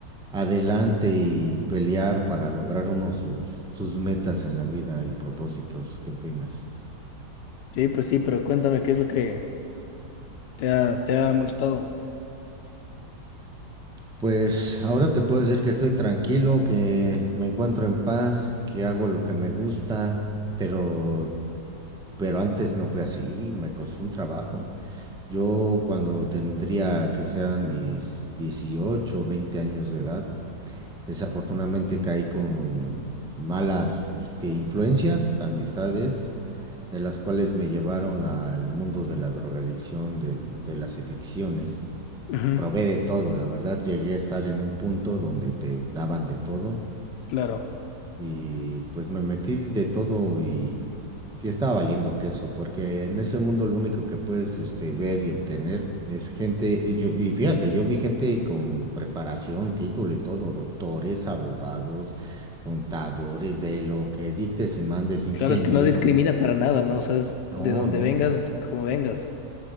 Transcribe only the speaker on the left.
Sí, pues sí, pero cuéntame qué es lo que te ha, te ha molestado.
Ujú.
Claro.
Claro, es que no discrimina para nada, ¿no? O sea, es
de donde
vengas, como vengas.